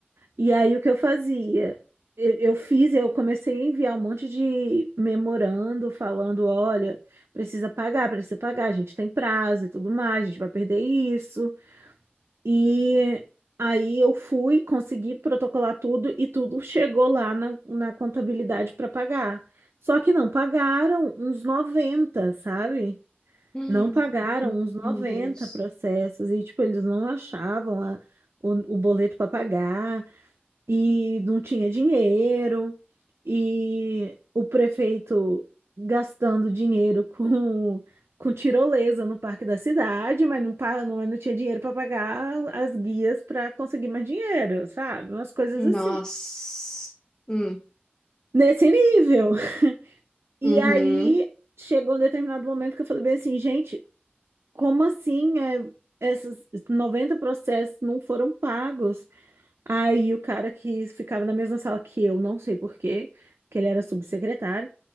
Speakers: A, on the right; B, on the left.
A: E aí o que eu fazia? Eu, eu fiz, eu comecei a enviar um monte de memorando falando, olha, precisa pagar, precisa pagar, a gente tem prazo e tudo mais, a gente vai perder isso. E aí eu fui, consegui protocolar tudo e tudo chegou lá na, na contabilidade para pagar. Só que não pagaram uns noventa sabe?
B: hum,
A: Não pagaram uns noventa
B: meu Deus.
A: processos e, tipo, eles não achavam a- o, o boleto para pagar e não tinha dinheiro, e o prefeito gastando dinheiro <laughs> com, com tirolesa no parque da cidade, mas não, pa- não, não tinha dinheiro para pagar as guias para conseguir mais dinheiro, sabe? Umas coisas
B: Nossa.
A: assim,
B: Hum,
A: nesse nível. <laughs> E
B: uhum.
A: aí chegou um determinado momento que eu falei bem assim, gente, como assim é, esses 90 processos não foram pagos? Aí o cara que ficava na mesma sala que eu, não sei por quê, que ele era subsecretário,